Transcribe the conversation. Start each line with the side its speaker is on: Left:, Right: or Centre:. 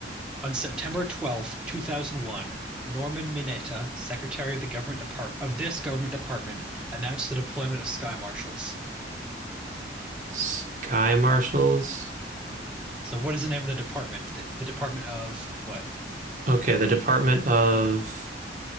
Centre: On September twelfth, two 2001, Norman Mineta, Secretary of the Government Depart of this government department, announced the deployment of Sky Marshals.
Right: Sky marshals.
Centre: So what is the name of the department? The, the Department of what?
Right: Okay, the Department of